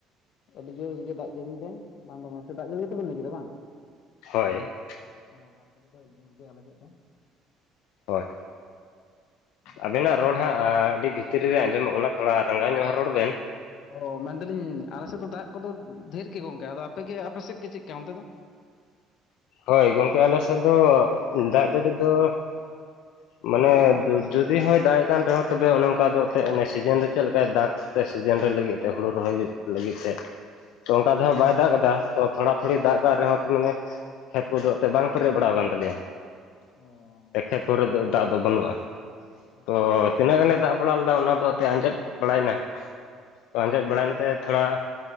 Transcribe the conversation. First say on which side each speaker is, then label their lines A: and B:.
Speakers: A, on the left; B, on the left.
A: ᱟᱹᱰᱤ ᱡᱚᱨᱜᱮ ᱫᱟᱜ ᱡᱟᱹᱲᱤ ᱮᱫᱟᱭ ᱵᱟᱝ ᱫᱚ ᱵᱟᱝ ᱫᱟᱜ ᱡᱟᱹᱲᱤ ᱜᱮᱛᱚᱵᱮᱱ ᱞᱟᱹᱭ ᱠᱮᱫᱟ ᱵᱟᱝᱼᱼ
B: ᱦᱳᱭ᱾
A: ᱦᱮᱸ ᱫᱟᱜ ᱡᱟᱹᱲᱤ ᱫᱚ ᱫᱤᱱ ᱜᱮ ᱟᱞᱮ ᱥᱮᱫ ᱫᱚ᱾
B: ᱦᱳᱭ,
A: ᱟᱫᱚ ᱜᱚᱝᱠᱮ
B: ᱟᱵᱮᱱᱟᱜ
A: ᱟᱯᱮ
B: ᱨᱚᱲ
A: ᱥᱮᱫ
B: ᱦᱟᱸᱜ
A: ᱫᱚ?
B: ᱟᱹᱰᱤ ᱵᱷᱤᱛ- ᱛᱤᱨᱤ ᱨᱮ ᱟᱸᱡᱚᱢᱚᱜ ᱠᱟᱱᱟ ᱛᱷᱚᱲᱟ ᱨᱟᱸᱜᱟᱣ ᱧᱚᱜ ᱦᱟᱸᱜ ᱨᱚᱲ ᱵᱮᱱ?
A: ᱚ ᱢᱮᱱ ᱮᱫᱟᱞᱤᱧ ᱟᱞᱮ ᱥᱮᱫ ᱫᱚ ᱫᱟᱜ ᱠᱚᱫᱚ ᱰᱷᱮᱨ ᱜᱮ ᱜᱚᱝᱠᱮ ᱟᱫᱚ ᱟᱯᱮᱜᱮ ᱟᱯᱮ ᱥᱮᱫ ᱜᱮ ᱪᱮᱫ ᱞᱮᱠᱟ ᱚᱱᱛᱮ ᱫᱚ᱾
B: ᱦᱳᱭ ᱜᱚᱢᱠᱮ ᱟᱞᱮᱥᱮᱫ ᱫᱚ ᱫᱟᱜ ᱡᱟᱹᱲᱤ ᱫᱚ ᱢᱟᱱᱮ
A: ᱱᱟᱯᱟᱭ ᱜᱮ ᱵᱟᱝ
B: ᱫᱩ ᱡᱩᱼᱼ ᱫᱤ ᱦᱚᱸᱭ ᱫᱟᱜ ᱮ ᱠᱟᱱ ᱨᱮᱦᱚᱸ ᱛᱚᱵᱮ ᱚᱱᱮ ᱚᱱᱠᱟ ᱫᱚ ᱮᱱᱛᱮᱫ ᱚᱱᱮ ᱥᱤᱡᱤᱱ ᱨᱮ ᱪᱮᱫ ᱞᱮᱠᱟᱭ ᱫᱟᱜᱽ ᱛᱮ ᱥᱤᱡᱤᱱ ᱨᱮ ᱞᱟᱹᱜᱤᱫᱼᱼ ᱦᱩᱲᱩ ᱨᱚᱦᱚᱭ ᱞᱟᱹᱜᱤᱫ ᱛᱮ, ᱛᱚ ᱚᱱᱠᱟ ᱫᱚᱦᱟᱸᱜ
A: ᱦᱮᱸ
B: ᱵᱟᱭ
A: ᱦᱮᱸ
B: ᱫᱟᱜ ᱟᱠᱟᱫᱟ ᱛᱚ᱾ ᱛᱷᱚᱲᱟ ᱛᱷᱩᱚᱲᱤ ᱫᱟᱜ ᱠᱟᱜ ᱨᱮᱦᱚᱸ ᱛᱚ ᱢᱟᱱᱮ ᱠᱷᱮᱛ ᱠᱚᱫᱚ ᱮᱱᱛᱮᱫ ᱵᱟᱝ ᱯᱮᱨᱮᱡ ᱵᱟᱲᱟᱣ ᱟᱠᱟᱱ ᱛᱟᱞᱮᱭᱟ᱾
A: ᱚ ᱾
B: ᱮᱠᱷᱮᱛ ᱦᱚᱨ ᱨᱮ ᱫᱚ ᱫᱟᱜ ᱫᱚ ᱵᱟᱹᱱᱩᱜᱼᱟ,
A: ᱟᱪᱪᱷᱟ
B: ᱛᱚ
A: ᱟᱪᱪᱷᱟ
B: ᱛᱤᱱᱟᱹᱜ
A: ᱡᱟᱭᱦᱳᱠ
B: ᱜᱟᱱᱮ ᱫᱟᱜᱼᱼ ᱵᱟᱲᱟ ᱞᱮᱫᱟ ᱚᱱᱟ ᱫᱚ ᱮᱛᱮ ᱟᱸᱡᱮᱫ ᱵᱟᱲᱟᱭᱱᱟ ᱛᱚ ᱟᱸᱡᱮᱫ ᱵᱟᱲᱟᱭᱮᱱᱛᱮ᱾ ᱛᱷᱚᱲᱟ